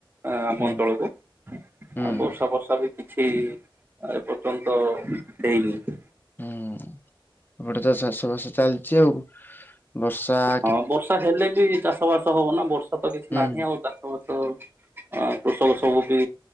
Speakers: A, on the right (about 25°); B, on the left (about 20°).
A: ଆମ
B: ହୁଁ
A: ଅଞ୍ଚଳକୁ ଆଉ
B: ହୁଁ।
A: ବର୍ଷା ପର୍ଷା ବି ଛି ଏପର୍ଯ୍ୟନ୍ତ ହେଇନି।
B: ହୁଁ ଏପଟେ ତ ଚାଷ ବାସ ଚାଲଚି ଆଉ। ବର୍ଷା।
A: ହଁ ବର୍ଷା ହେଲେ ବି ଚାଷ ବାସ ହବ ନା ବର୍ଷା ତ କିଛି
B: ହୁଁ
A: ନାହିଁ ଆଉ। ଚାଷ ବାସ ଆ କୃଷକ ସବୁ ବି